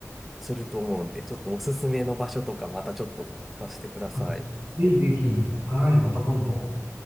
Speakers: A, in the centre; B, on the right (about 50°).
A: すると思うんで、ちょっとおすすめの場所とかまたちょっと出してください。
B: あぜひぜひ、はい、また今度。